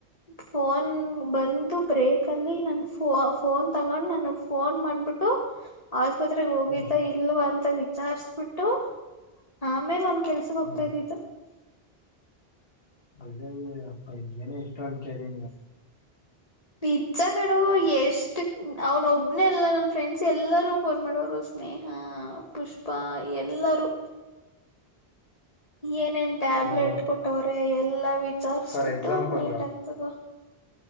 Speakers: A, on the left (about 35°); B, on the left (about 65°).
A: ಫೋನ್ ಬಂದು ಬ್ರೇಕ ಅಲ್ಲಿ ನನ್ ಫೋ ಫೋನ್ ತಗೊಂಡು ನನಗ್ ಫೋನ್ ಮಾಡ್ಬಿಟ್ಟು ಆಸ್ಪತ್ರೆ ಹೋಗಿದ್
B: ಹ್ಮ್ ಹ್ಮ್
A: ಅಂತ ವಿಚಾರಿಸಬಿಟ್ಟು ಆಮೇಲೆ ಒ <unintelligible> ಕೆಲ್ಸಕ್ಕೆ ಹೋಗ್ತಾ
B: ಹ್ಮ್
A: ಇಧಿದು
B: ಅ <unintelligible> ಹಾ <unintelligible> ಹ ಕರಿ
A: ನಿಜ್ಜ ಕಣ್ಣೋ ಎಷ್ಟು ಅವನ ಒಬ್ನೆೇ ಎಲ್ಲ ನನ್ ಫ್ರೆಂಡ್ಸ್ ಎಲ್ಲಾರೂ ಫೋನ್ ಮಾಡೋರು ಸ್ನೇಹ ಪುಷ್ಪಾ ಎಲ್ಲಾರೂ ಏನೇನ್ ಟ್ಯಾಬ್ಲೆಟ್
B: ನೋಡು
A: ಕೊಟ್ಟವ್ರೆ ಎಲ್ಲಾ ವಿಚಾರಸ್ಬಿಟ್ಟು
B: ಫಾರ್ ಎಕ್ಸಾಂಪಲ್
A: ನೀಟ್ ಆಗ್ತಗ